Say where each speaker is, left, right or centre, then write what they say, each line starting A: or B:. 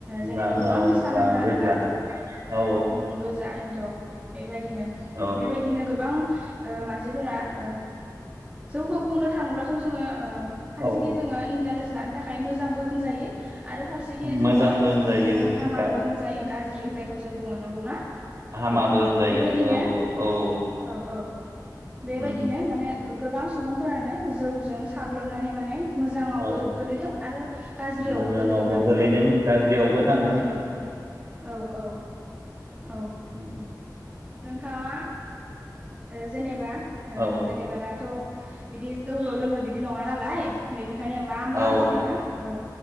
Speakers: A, on the right; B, on the right.
A: जेनेबा
B: लाल
A: गोबां
B: औ
A: निसा
B: बा
A: नांङो आरो
B: गोजा
A: ना
B: औ
A: उम गोजा एन्थ' बेबायदिनो
B: औ
A: बेबायदिनो गोबां ओ मानसिफोरा ओ जौखौ बुंनो थाङोब्लाथ' जोंङो ओ फारसेखै
B: औ
A: जोंङो इन्टारेस्ट लानो थाखाय मोजांबो होनजायो आरो फारसेखि
B: औ
A: जोंङो
B: मोजांबो होनजायो
A: ओ बेखौ हामाबो
B: दा
A: होनजायो गाज्रि जायखौ जों बुंङो नंगौना
B: हामाबो
A: औ
B: होनजायो
A: बेबायदिनो
B: औ औ
A: औ बेबायदिनो
B: उम
A: माने गोबां सुबुंफोरानो जौजों साग्लोबनानै माने मोजाङावबो
B: औ
A: गोलैदों आरो गाज्रियावबो
B: मोजाङावबो
A: गोलैदों आरो
B: गोलैदों
A: ना
B: गाज्रियावबो थांदों
A: औ औ औ औ
B: उम
A: नों थाङा ओ जेनेबा ओ
B: औ
A: जेनेबा दाथ' बिदि जौल' लोंङोनो बिदि नङा नालाय बेनिखायनो मा
B: औ
A: मा जेनेबा ओ